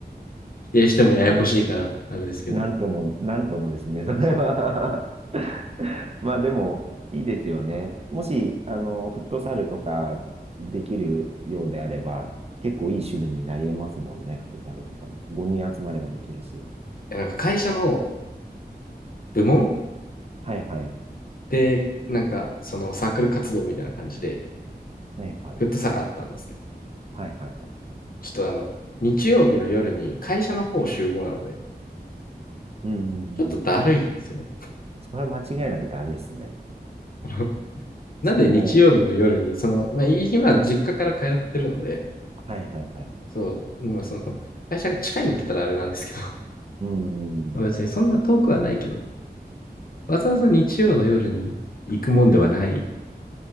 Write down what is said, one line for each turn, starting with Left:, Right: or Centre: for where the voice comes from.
Left: 定してもややこしいから、
Right: な
Left: あれですけど。
Right: なんとも、<laughs> なんともですね、それは
Left: そう。
Right: <laughs> まあでも、いいですよね。もし、あの、フットサルとかできるようであれば、結構いい趣味になり得ますもんね、フットサルとかも。5人集まればできるし。
Left: なんか会社の部門
Right: はいはい。
Left: で、なんか、そのサークル活動みたいな感じで、
Right: はいはい。
Left: フットサルあったんですけど、
Right: はいはいはい。
Left: ちょっとあの、日曜日の夜に会社の方集合なので、
Right: うーん。
Left: ちょっとだるいんですよね。
Right: それは間違いなくだるいっすね。
Left: <laughs> なんで日曜日の夜に、
Right: しかも、
Left: その、まあ、今、実家から通ってるので、
Right: はいはいはいはい。
Left: そう、まあ、その、会社が近いんだったらあれなんですけど、
Right: うーん。
Left: <laughs> まあ別にそんな遠くはないけど、わざわざ日曜の夜に行くもんではない。
Right: ま